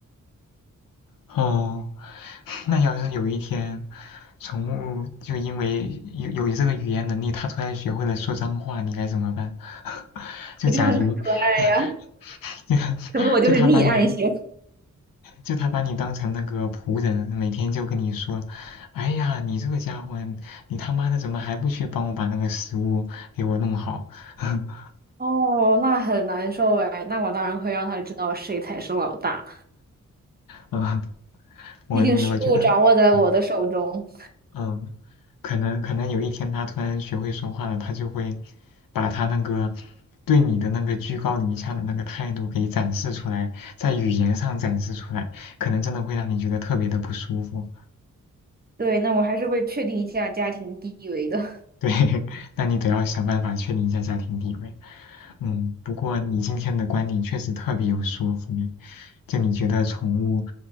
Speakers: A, on the left (about 85°); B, on the right (about 30°).
A: 哦，那要是有一天，宠物就因为有有这个语言能力，它突然学会了说脏话，你该怎么办？<laughs> 就假如
B: 我觉得很可爱呀，
A: <laughs>，就
B: 可能我就是溺爱型。
A: 就它把你就他把你当成那个仆人，每天就跟你说：“哎呀，你这个家伙，你他妈的怎么还不去帮我把那个食物给我弄好？” <laughs>
B: 哦，那很难受哎，那我当然会让他知道谁才是老大，
A: 嗯，我我觉得，
B: 毕竟事物掌握在我的手中。
A: 嗯嗯，可能可能有一天他突然学会说话了，他就会把他那个对你的那个居高临下的那个态度给展示出来，在语言上展示出来，可能真的会让你觉得特别的不舒服。
B: 对，那我还是会确定一下家庭地位的。
A: 对，<laughs> 那你得要想办法确定一下家庭地位。嗯，不过你今天的观点确实特别有说服力，就你觉得宠物